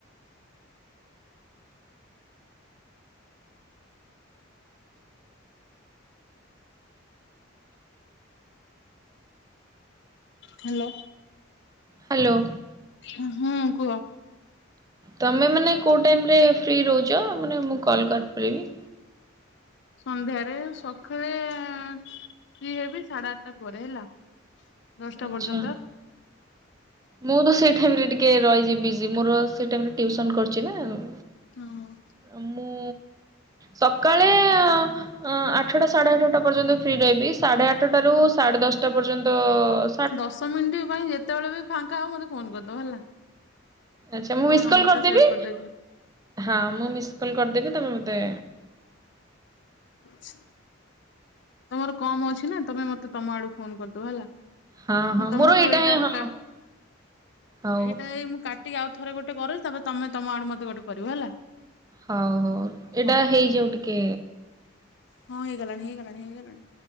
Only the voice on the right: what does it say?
ହ୍ୟାଲୋ।
ତମେ ମାନେ କୋଉ ଟାଇମ ରେ ଫ୍ରି ରହୁଚ ମାନେ ମୁଁ କଲ୍ କରିପାରିବି?
ଆଚ୍ଛା।
ମୁଁ ତ ସେଇ ଠାଇମରେ ଟିକେ ରହିଜି ବିଜି ମୋର ସେ ଟାଇମ୍ ରେ ଟିଉସନ କରୁଚି ନାଆଉ।
ଆମୁଁ ସକାଳେ ଏଁ ଆଁ ଆ ଠଟା ସାଢ଼େ ଆଠଟା ପର୍ଯ୍ୟନ୍ତ ଫ୍ରି ରହିବି ସାଢ଼େ ଆଠଟାରୁ ସାଢ଼େ ଦଶଟା ପର୍ଯ୍ୟନ୍ତ ଅ
ଆଛା
ମୁ
ମିସ
କଲ କରିଦବି
ହଁ ମୁ ମିସ କଲ କରିଦବି ତମେ ମତେ
ହଁ ହଁ
ମୋର
ହିଁ ହଁ
ହଉ
ହଉ ହଉ ଏଇଟା
ହେଇଯାଉ ଟିକେ।